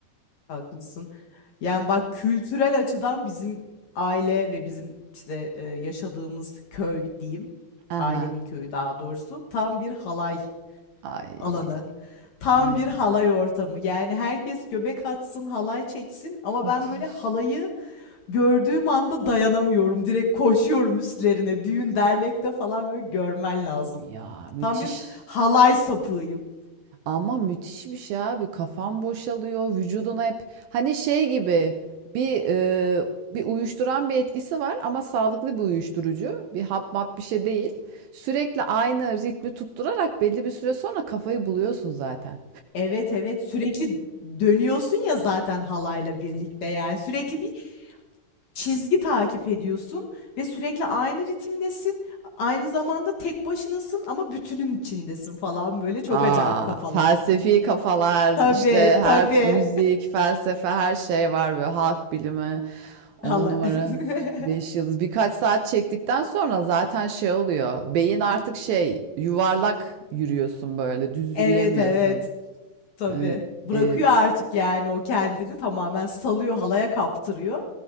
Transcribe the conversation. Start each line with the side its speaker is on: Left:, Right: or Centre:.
Left: Haklısın. Yani bak kültürel açıdan bizim aile ve bizim işte e, yaşadığımız köy diyeyim,
Right: Aha.
Left: ailemin köyü daha doğrusu tam bir halay
Right: Ay,
Left: alanı. Tam
Right: ay.
Left: bir halay ortamı. Yani herkes göbek atsın, halay çeksin ama
Right: Müthiş.
Left: ben böyle halayı Gördüğüm anda dayanamıyorum. Direkt koşuyorum üstlerine. Düğün, dernekte falan böyle görmen lazım.
Right: Ya müthiş.
Left: Tam bir halay sapığıyım.
Right: Ama müthiş bir şey abi. Kafan boşalıyor. Vücuduna hep hani şey gibi bir e, bir uyuşturan bir etkisi var ama sağlıklı bir uyuşturucu. Bir hap map bir şey değil. Sürekli aynı ritmi tutturarak belli bir süre sonra kafayı buluyorsun zaten.
Left: Evet, evet. Sürekli dönüyorsun ya zaten halayla birlikte yani. Sürekli bir çizgi takip ediyorsun ve sürekli aynı ritimdesin. Aynı zamanda tek başınasın ama bütünün içindesin falan böyle çok
Right: Aa,
Left: acayip kafalar.
Right: felsefi kafalar,
Left: Tabii,
Right: işte her
Left: tabii.
Right: t- müzik, felsefe, her şey var böyle halk bilimi, on
Left: Hala.
Right: numara,
Left: <laughs>
Right: beş yıldız. Birkaç saat çektikten sonra zaten şey oluyor. Beyin artık şey yuvarlak yürüyorsun böyle, düz
Left: Evet,
Right: yürüyemiyorsun.
Left: evet. Tabii.
Right: Evet,
Left: Bırakıyor
Right: e,
Left: artık yani o kendini tamamen salıyor, halaya kaptırıyor.